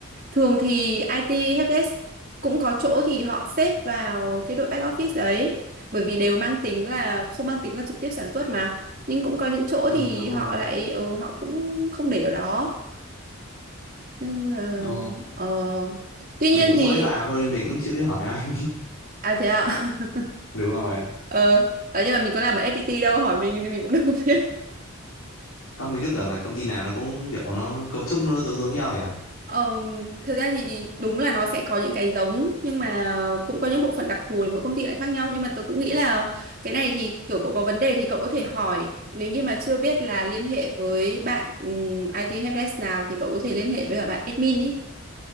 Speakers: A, on the right (about 40°); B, on the left (about 80°).
A: Thường thì IT helpdesk cũng có chỗ thì họ xếp vào cái đội back office đấy. Bởi vì đều mang tính là không mang tính là trực tiếp sản xuất mà. Nhưng cũng có những chỗ
B: ừ,
A: thì
B: đúng
A: họ
B: rồi.
A: lại ừ, họ cũng không để ở đó. Nên là,
B: Ờ,
A: ờ. Tuy nhiên
B: mình cũng
A: thì
B: mới vào thôi nên mình cũng chưa biết hỏi ai.
A: à thế ạ. <laughs>
B: <laughs> Đúng rồi.
A: Ờ, đấy, nhưng mà mình có làm ở FPT đâu hỏi mình thì mình cũng đâu có biết.
B: Không mình cứ tưởng là công ty nào nó cũng kiểu nó cấu trúc nó giống giống nhau nhỉ?
A: Ờ, thật ra thì, thì đúng là nó sẽ có những cái giống nhưng mà cũng có những bộ phận đặc thù thì mỗi công ty lại khác nhau nhưng mà tôi cũng nghĩ là cái này thì kiểu cậu có vấn đề thì cậu có thể hỏi nếu như mà chưa biết là liên hệ với bạn ừm, IT helpdesk nào thì cậu có thể liên hệ với cả bạn admin ý.